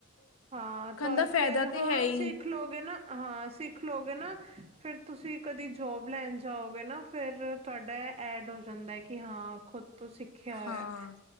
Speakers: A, on the right; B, on the left.
A: ਹਾਂ ਤਾਂ
B: ਦਾ ਫਾਇਦਾ
A: ਫਿਰ
B: ਤੇ
A: ਹਾਂ
B: ਹੈ ਹੀ
A: ਅਸੀਂ। ਸਿੱਖ ਲੋਗੇ ਨਾ ਹਾਂ ਸਿੱਖ ਲੋਗੇ ਨਾ ਫਿਰ ਤੁਸੀਂ ਕਦੇ ਜੋਬ ਲੈਣ ਜਾਓਗੇ ਨਾ ਫਿਰ। ਤੁਹਾਡਾ ਐ ਐਡ ਹੋ ਜਾਂਦਾ ਹੈ। ਕਿ ਹਾਂ ਖੁਦ ਤੁਸੀ। ਰੱਖਿਆ ਹੋਇਆ
B: ਹਾਂ